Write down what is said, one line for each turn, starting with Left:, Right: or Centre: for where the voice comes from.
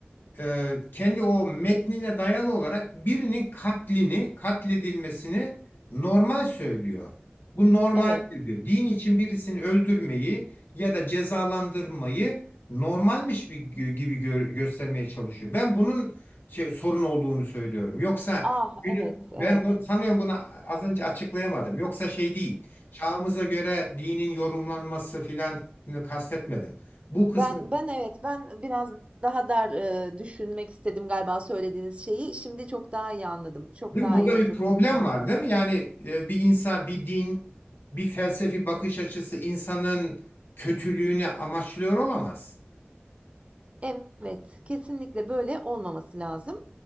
Left: e, kendi o metnine dayalı olarak birinin katlini, katledilmesini normal söylüyor. Bu normaldir
Right: Evet.
Left: diyor. Din için birisini öldürmeyi ya da cezalandırmayı normalmiş bir gö- gibi gö- göstermeye çalışıyor. Ben bunun şey, sorun olduğunu söylüyorum. Yoksa
Right: Ah,
Left: günü
Right: evet,
Left: ben
Right: evet.
Left: bu, sanıyorum bunu az önce açıklayamadım. Yoksa şey değil. Çağımıza göre dinin yorumlanması filan ıı, kastetmedim. Bu kısmı
Right: Ben ben evet, ben biraz daha dar, eee, düşünmek istedim galiba söylediğiniz şeyi. Şimdi çok daha iyi anladım. Çok
Left: Değil
Right: daha
Left: mi? Burada
Right: iyi oturttum
Left: bir problem
Right: şu anda.
Left: var değil mi? Yani e, bir insan, bir din, bir felsefi bakış açısı insanın kötülüğünü amaçlıyor olamaz.
Right: Evet, kesinlikle böyle olmaması lazım.